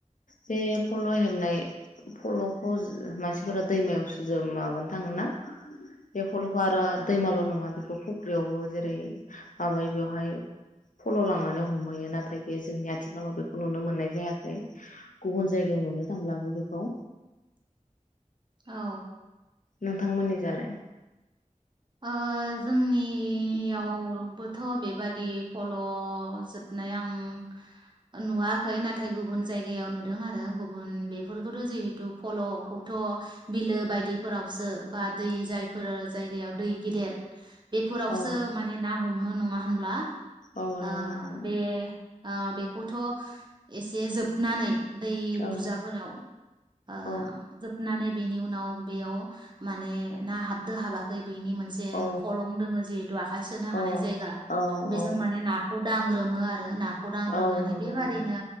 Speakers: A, on the left; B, on the right.
A: बे फल हेबनाय फलखौ मानसिफोरा दैमायावसो जों माबानो थाङोना बे फलखौ आरो दैमाल नङा बेखौ फुख्रियावबो जेरै माबायो बेवहाय फल लांनानै हमहैयो नाथाय बे जोंनि आथिखालाव बेखौ नुनो मोननाय जायाखै। गुबुन जायगायाव नुनो थांब्लाबो बेखौ
B: औ
A: नोंथांमोननि जालाय
B: ओ जोंनियावबोथ बेबादि फल जोबनाय आं नुवाखै नाथाय गुबुन जायगायाव नुदों आरो गुबुन बेफोरखौथ जिहेथु फलखौथ बिलो बायदिफोरावसो बा दै जायफोर जायग दैयाव दै गेदेर बेफोरावसो
A: औ
B: माने ना हमो नङा होनब्ला
A: औ नंगौ
B: आ
A: नोंथां
B: बे ओ बेखौथ एसे जोबनानै दै
A: औ
B: बुरजाफोराव ओ
A: औ
B: जोबनानै बेनि उनाव बेयाव माने ना हाबदो हाबाखै बेनि मोनसे‌
A: औ
B: हलं दोङो जिहेथु आखाइ सोनो
A: औ
B: हानाय जायगा
A: औ
B: बेजों
A: औ
B: माने नाखौ दांग्रोमो आरो ना खौ दांग्रोमनानै
A: औ नंगौ
B: बेबादिनो
A: नोंथां